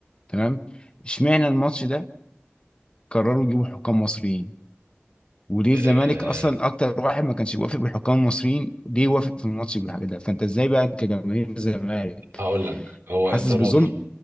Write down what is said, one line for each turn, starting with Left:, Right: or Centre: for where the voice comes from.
Left: تمام اشمعنى الماتش ده قرروا يجيبوا حكام مصريين وليه الزمالك
Right: آه،
Left: اصلا اكتر واحد ما كانش بيوافق بالحكام المصريين ليه وافق في الماتش بالحاجه ده فانت ازاي بقى كجماهير الزمالك
Right: هقول لك هو
Left: حاسس
Right: انت المف-
Left: بظلم